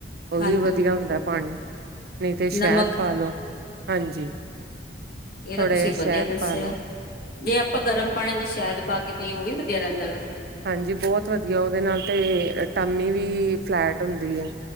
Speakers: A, on the right; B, on the left.
A: ਉਹ
B: ਹਾਂਜੀ
A: ਵੀ ਵਧੀਆ ਹੁੰਦਾ ਪਾਣੀ ਨਹੀਂ ਤੇ ਸ਼ਹਿਦ
B: ਨਮਕ
A: ਪਾ ਲੋ ਹਾਂਜੀ
B: ਇਹ
A: ਥੋੜ੍ਹਾ
B: ਤਾਂ ਤੁਸੀਂ
A: ਜਿਹਾ
B: ਵਧੀਆ
A: ਸ਼ਹਿਦ
B: ਦੱਸਿਆ
A: ਪਾ ਲੋ
B: ਜੇ ਆਪਾਂ ਗਰਮ ਪਾਣੀ ਚ ਸ਼ਾਇਦ ਪਾ ਕੇ ਪੀਏ ਉਹ ਵੀ ਵਧੀਆ ਰਹਿੰਦਾ ਵੈਸੇ
A: ਹਾਂਜੀ ਬਹੁਤ ਵਧੀਆ ਉਹਦੇ ਨਾਲ ਤੇ ਟਮੀ ਵੀ ਫਲੈਟ ਹੁੰਦੀ